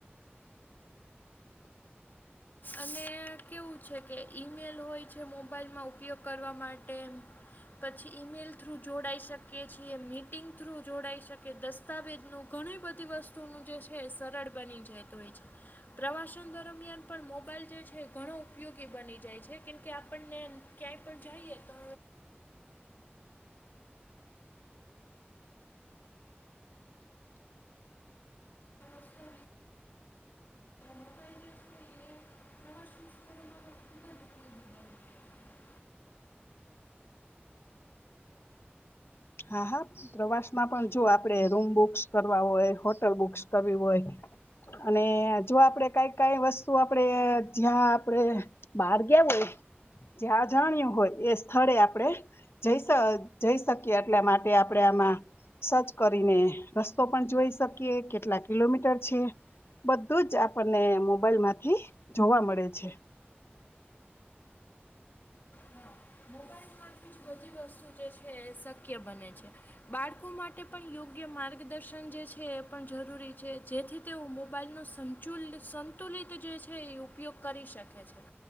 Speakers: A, on the left; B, on the left.
A: અને કેવું છે કે ઈમેલ હોય છે મોબાઈલમાં ઉપયોગ કરવા માટે પછી ઈમેઈલ થ્રુ જોડાઈ શકે કે છી મીટિંગ થ્રુ જોડાઈ શકે દસ દસ્તાવેજનું ઘણી બધી વસ્તુ જે છે સરળ બની જાયું હોય છે પ્રવાસ દરમિયાન પણ મોબાઈલ જે છે ઘણો ઉપયોગી બની જાય છે કેમકે આપણને ક્યાંય પણ જઈએ તો રસ્તો મોબાઈલ જે છે એ પ્રવાસન સ્થળોમાં પણ ખૂબ જ ઉપયોગી બની જાય છે
B: હા હા પ્રવાસ માં પણ જો આપણે રૂમ બુક્સ કરવા હોય હોટલ બુક્સ કરવી હોય અને જો આપડે કઈ કઈ વસ્તુ આપણે જ્યાં આપણે બહાર ગવું હોય જ્યાં જાણ્યું હોય એ સ્થળે આપડણે જ જઈ શ કે એટલા માટે આપણે આમાં સર્ચ કરીને રસ્તો પણ જોઈ શકીએ કેટલા કિલોમીટર છે બધું જ આપણને મોબાઈલ માંથી જોવા મળે છે
A: હા મોબાઈલમાંથી જ બધી વસ્તુ જે છે એ શક્ય બને છે બાળકો માટે પણ યોગ્ય માર્ગદર્શન જે છે એ પણ જરૂરી છે જેથી તેઓ મોબાઈલનો સચુલ સંતુલિત જે છે એ ઉપયોગ કરી શકે છે